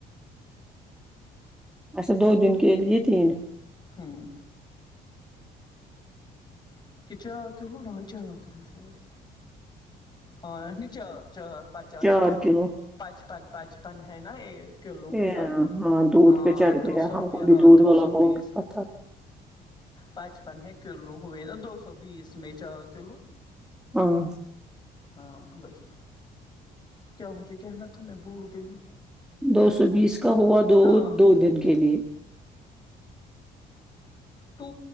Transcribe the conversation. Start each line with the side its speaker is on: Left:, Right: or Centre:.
Centre: اچھا دو دن کے لیے یہ تین
Left: ھمم <unintelligible> ہاں نہیں چار پچاس
Centre: چار کلو
Left: پچپن پچپن ہے نا ایک کلو
Centre: اے
Left: ہے
Centre: ہاں
Left: اب
Centre: دودھ
Left: ہاں
Centre: پہ چڑھ
Left: دو
Centre: گیا
Left: سو
Centre: ہم کو
Left: بی
Centre: بھی
Left: ہاں
Centre: دودھ
Left: دو
Centre: والا
Left: سو
Centre: بول
Left: بیس
Centre: رہا تھا
Left: پچپن ہے کلو ہےنا دو سو بیس میں چار کیلو
Centre: ہاں
Left: ہاں وہی کیا مجھے کہنا تھا میں بھول گئی
Centre: دو سو
Left: دودھ
Centre: بیس کا ہوا دو
Left: ہاں
Centre: دو دن کے لیے
Left: ٹو